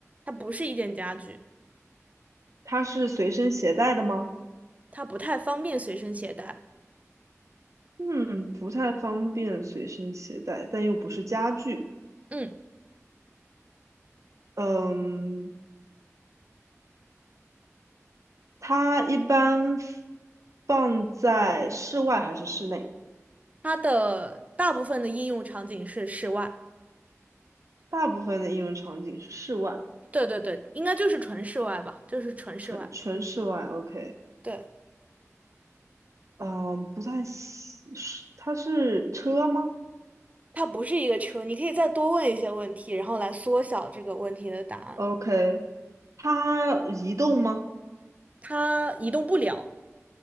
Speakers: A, on the right (about 25°); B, on the right (about 70°).
A: 它不是一件家具，
B: 它是随身携带的吗？
A: 它不太方便随身携带。
B: 嗯，不太方便随身携带，但又不是家具。
A: 嗯，
B: 嗯，它一般放在室外还是室内？
A: 它的大部分的应用场景是室外。
B: 大部分的应用场景是室外，
A: 对对对，应该就是纯室外吧，就是纯室外。
B: 纯纯室外。OK，
A: 对，
B: 嗯，不太喜，是它是车吗？
A: 它不是一个车，你可以再多问一些问题，然后来缩小这个问题的答案。
B: OK，它移动吗？
A: 它移动不了。